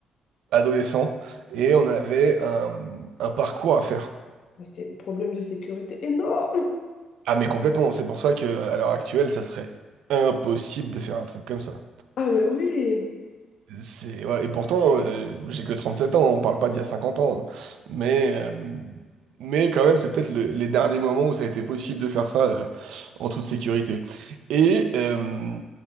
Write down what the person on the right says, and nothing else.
adolescents, et on avait un, un parcours à faire.
Ah mais complètement, c'est pour ça que à l'heure actuelle, ça serait impossible de faire un truc comme ça.
C'est, ouais, et pourtant, euh, j'ai que 37 ans, on parle pas d'il y a 50 ans. hein. Mais, euh, mais quand même, c'est peut-être le- les derniers moments où ça a été possible de faire ça euh, en toute sécurité. Et euh,